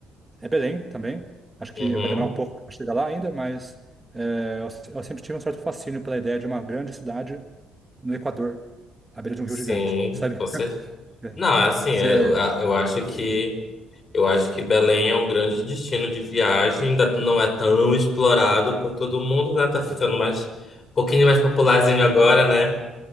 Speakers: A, on the right; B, on the left.
A: é Belém também. Acho que
B: Uhum,
A: vai demorar um pouco para chegar lá ainda, mas é, eu, se- eu sempre tive um certo fascínio pela ideia de uma grande cidade no Equador, à beira de um
B: sim,
A: rio gigante, sabe?
B: com certeza.
A: <laughs>
B: Não, é assim, é,
A: Você.
B: eu, eu acho que eu acho que Belém é um grande destino de viagem, ainda não é tão explorado por todo mundo, né? Tá ficando mais um pouquinho mais popularzinho agora, né?